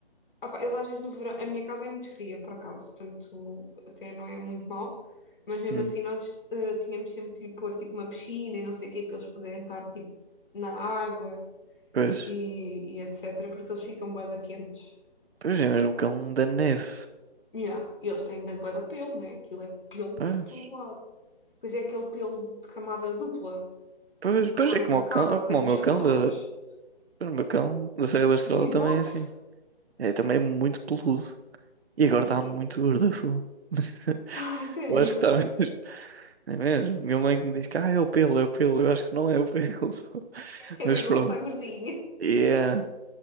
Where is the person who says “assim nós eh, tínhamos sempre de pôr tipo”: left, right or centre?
Left